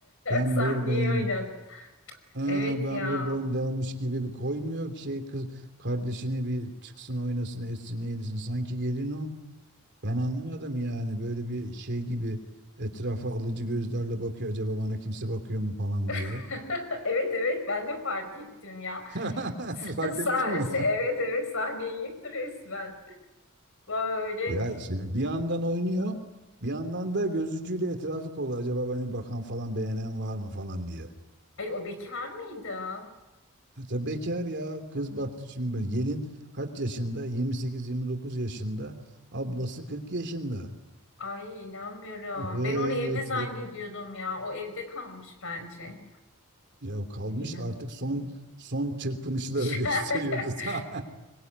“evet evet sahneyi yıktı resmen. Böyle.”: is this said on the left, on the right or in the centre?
Left